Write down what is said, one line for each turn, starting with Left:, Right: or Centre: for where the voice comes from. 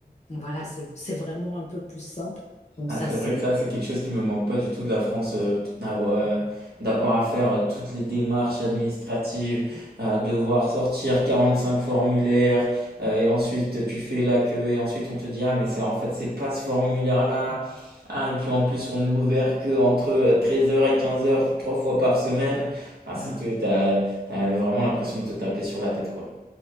Left: voilà, c'est c'est vraiment un peu plus simple. Donc
Right: Ah,
Left: ça,
Right: c'est
Left: c'est
Right: vrai que ça, c'est quelque chose qui me manque pas du tout de la France, euh, t- d'avoir euh, d'avoir à faire euh, toutes les démarches administratives, euh, devoir sortir 45 formulaires, euh, et ensuite tu fais la queue, et ensuite on te dit, ah, mais c'est en fait, c'est pas ce formulaire-là. Ah, et puis en plus, on est ouvert que entre euh, treize heures et quinze heures trois fois par semaine. Enfin, c'est,
Left: voilà.
Right: t'as, t'as vraiment l'impression de te taper sur la tête, quoi.